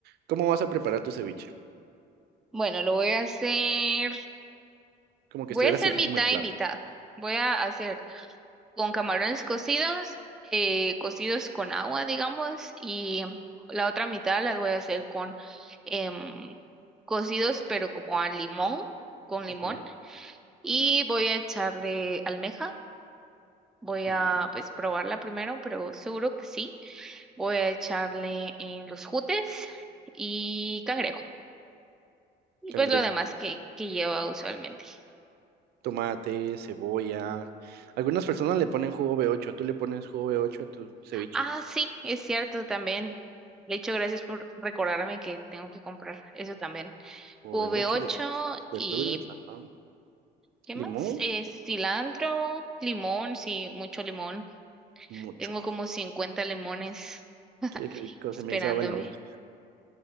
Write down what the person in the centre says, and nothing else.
Bueno, lo voy a hacer.
Voy
a hacer
mitad
y mitad. Voy a hacer con camarones cocidos, eh, cocidos con agua, digamos, y la otra mitad la voy a hacer con em, cocidos, pero como a limón, con limón.
Y voy a echarle almeja. Voy
a
pues probarla primero, pero seguro que sí. Voy a echarle en los jutes y cangrejo. Y
pues lo demás que, que lleva usualmente.
Ah, sí, es cierto también. De hecho, gracias por recordarme que tengo que comprar eso también.
v
ocho
y
¿qué más?
Eh, cilantro, limón, sí, mucho limón.
Tengo como 50 limones <laughs>
esperándome.